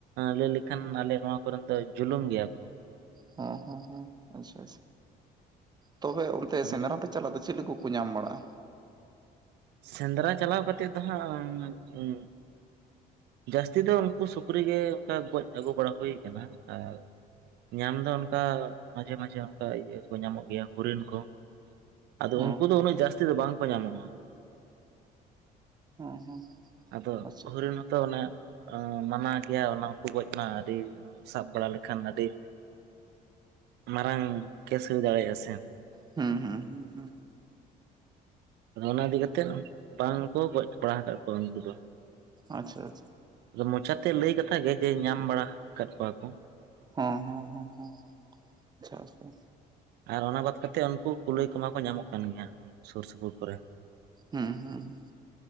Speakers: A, on the right (about 75°); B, on the right (about 25°).
A: ᱞᱟᱹᱭ ᱞᱮᱠᱷᱟᱱ ᱟᱞᱮ ᱱᱚᱣᱟ ᱠᱚᱨᱮᱱ ᱫᱚ ᱡᱩᱞᱩᱢ ᱜᱮᱭᱟ ᱠᱚ᱾
B: ᱦᱚᱸᱻ ᱦᱚᱸᱻ ᱦᱚᱸᱻ ᱟᱪᱪᱷᱟ ᱟᱪᱪᱷᱟ ᱛᱚᱵᱮ ᱚᱱᱛᱮ
A: ᱟᱫᱚ
B: ᱥᱮᱸᱫᱽᱨᱟ ᱯᱮ ᱪᱟᱞᱟᱜ ᱫᱚ ᱪᱤᱞᱤ ᱠᱚᱠᱚ ᱧᱟᱢ ᱵᱟᱲᱟᱜᱼᱟ?
A: ᱥᱮᱸᱫᱽᱨᱟ ᱪᱟᱞᱟᱣ ᱠᱟᱛᱮᱜ ᱫᱚ ᱦᱟᱜ ᱩᱸ ᱡᱟᱹᱥᱛᱤ ᱫᱚ ᱩᱱᱠᱩ ᱥᱩᱠᱨᱤ ᱜᱮ ᱚᱱᱠᱟ ᱜᱚᱡ ᱟᱹᱜᱩ ᱵᱟᱲᱟ ᱦᱩᱭᱩ ᱟᱠᱟᱱᱟ᱾ ᱟᱨ ᱧᱟᱢ ᱫᱚ ᱚᱱᱠᱟ ᱢᱟᱡᱷᱮ-ᱢᱟᱡᱷᱮ ᱚᱱᱠᱟ ᱤᱭᱟᱹ ᱠᱚ ᱧᱟᱢᱚᱜ ᱜᱮᱭᱟ ᱦᱚᱨᱤᱱ ᱠᱚ᱾ ᱟᱫᱚ
B: ᱦᱮᱸ
A: ᱩᱱᱠᱩ ᱫᱚ ᱩᱱᱟᱹᱜ ᱡᱟᱹᱥᱛᱤ ᱫᱚ ᱵᱟᱝᱠᱚ ᱧᱟᱢᱚᱜᱼᱟ᱾
B: ᱦᱮᱸ ᱦᱮᱸ
A: ᱟᱫᱚ
B: ᱟᱪᱪᱷᱟ
A: ᱦᱚᱨᱤᱱ ᱦᱚᱸᱛᱚ ᱚᱱᱮ ᱢᱟᱱᱟ ᱜᱮᱭᱟ ᱚᱱᱟ ᱠᱚ ᱜᱚᱡ ᱱᱟ ᱟᱹᱰᱤ ᱥᱟᱵ ᱵᱟᱲᱟ ᱮᱠᱷᱟᱱ ᱟᱹᱰᱤ ᱢᱟᱨᱟᱝ ᱠᱮᱥ ᱦᱩᱭ ᱫᱟᱲᱮᱭᱟᱜᱼᱟ ᱥᱮ᱾
B: ᱦᱩᱸᱻ ᱦᱩᱸᱻ ᱦᱩᱸᱻ ᱦᱩᱸ᱾
A: ᱚᱱᱟ ᱤᱫᱤ ᱠᱟᱛᱮᱜ ᱵᱟᱝ ᱠᱚ ᱜᱚᱡ ᱵᱟᱲᱟ ᱠᱟᱜ ᱠᱚᱣᱟ ᱩᱱᱠᱩ ᱫᱚ᱾
B: ᱟᱪᱪᱷᱟ ᱟᱪᱪᱷᱟ
A: ᱟᱫᱚ ᱢᱚᱪᱟᱛᱮ ᱞᱟᱹᱭ ᱠᱟᱛᱷᱟ ᱜᱮ ᱡᱮ ᱧᱟᱢ ᱵᱟᱲᱟ ᱠᱟᱫ ᱠᱚᱣᱟ ᱠᱚ
B: ᱦᱚᱸ ᱦᱚᱸ ᱦᱚᱸ ᱦᱚᱸ ᱟᱪᱪᱷᱟ ᱟᱪᱪᱷᱟ
A: ᱟᱨ ᱚᱱᱟ ᱵᱟᱫ ᱠᱟᱛᱮᱫ ᱩᱱᱠᱩ ᱠᱩᱞᱟᱹᱭ ᱠᱚᱢᱟ ᱠᱚ ᱧᱟᱢᱚᱜ ᱠᱟᱱ ᱜᱮᱭᱟ ᱥᱩᱨ ᱥᱩᱯᱩᱨ ᱠᱚᱨᱮ᱾
B: ᱦᱩᱸ ᱦᱩᱸ ᱦᱩᱸ